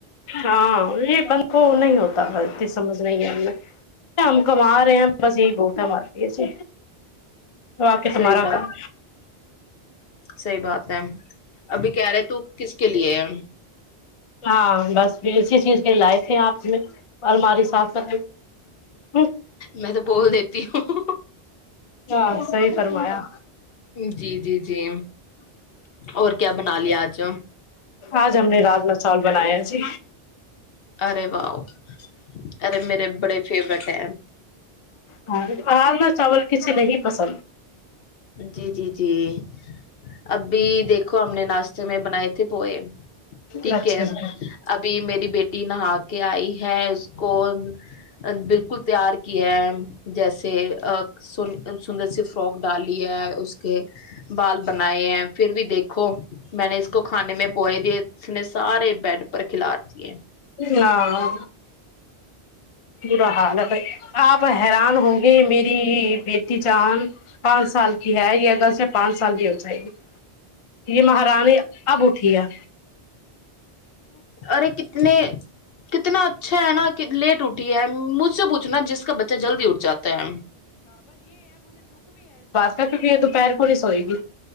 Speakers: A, on the left; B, on the left.
A: ہاں یہ بند کو نہیں ہوتا انی سمجھ نہیں ہے ہم نے ہم کما رہے ہیں بس یہی بہت ہے ہمار واق تمہارا
B: صحیح بات
A: کام
B: صحیح بات ہے ابھی کہہ رہے تو کس کے لیے ہے
A: ہاں بس اسی چیز کی لائف آپ میں ال ہماری صاف کر ہ
B: میں تو بول دیتی ہوں
A: ہاں سی فرمایا
B: جی جی جی اور کیا بنا لیا آج
A: آج ہم نے رات م چول بنایا جی
B: ارے واؤ ارے میرے بڑے فیورٹ <inaudible>
A: ہ بہر میں چاول کسی نہیں پسند
B: جی جی جی ابھی دیکھو ہم نے ناشتے میں بنائے تھے پوئے ٹھیک
A: اچھا
B: ہے
A: اچھا
B: ابھی میری بیٹی نہا کے آئی ہے اس کو بالکل تیار کیا جیسے سنی سندر سےف فوک ڈال ہے اس کے بال بنائے ہیں پھر بھی دیکھو میں نے اس کو کھانے میں پوئے دیے اس نے سارے بیڈ کھلارتی ہے
A: ہاں برا حال ہے بھائی آپ حیران ہے میری بیٹی چاند پانچ سال کی ہے یہ اگرل سے پانچ سال کی ہو جائے گی یہ مہارانی اب اٹھی ہے
B: اوررے کتنے کتنا اچھا ہے نا لیٹ اٹھی ہے مجھ سے پوچھناا جس کا بچہ جلدی اٹھ جاتا ہے
A: کیا کیکہ یہ دوپہر کو نہیں سوئے گی